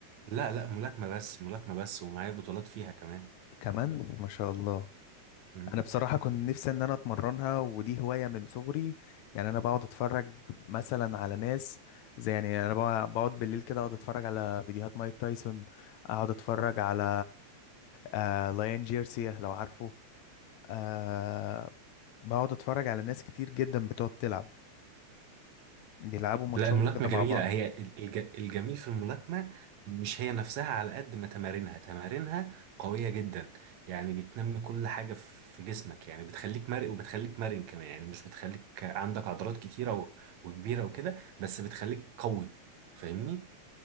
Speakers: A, on the right; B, on the left.
A: لا لا ملاكمة بس ملاكمة بس ومعايا بطولات فيها كمان
B: كمان ما شاء الله
A: مم.
B: أنا بصراحة كنت نفسي إن أنا أتمرنها ودي هواية من صغري يعني أنا بقعد أتفرج مثلا على ناس زي يعني أنا بقعد بقعد بالليل كده أقعد أتفرج على فيديوهات مايك تايسون أقعد أتفرج على آه لايان جيرسيا لو عارفه آه بقعد اتفرج على ناس كتير جدا بتقعد تلعب بيلعبوا ماتشات
A: لا الملاكمة
B: كده
A: جميلة
B: مع بعض
A: هي الج- الجميل في الملاكمة مش هي نفسها على قد ما تمارينها تمارينها قوية جدا يعني بتنمي كل حاجة في جسمك يعني بتخليك مرن وبتخليك مرن كمان يعني مش بتخليك عندك عضلات كتيرة و- وكبيرة وكده بس بتخليك قوي فاهمني؟